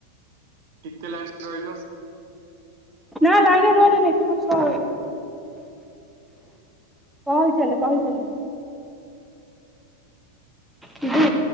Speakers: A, on the right (about 50°); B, in the centre.
A: ଟିକେ ଲାଇନ୍ ରେ ରହିଲୁ।
B: ନା ଲାଇନରେ ରୂହା ରୁହି ନାଇଁ ତୁ ସ କହି ଚାଲ କହି ଚାଲ? ହୁଁ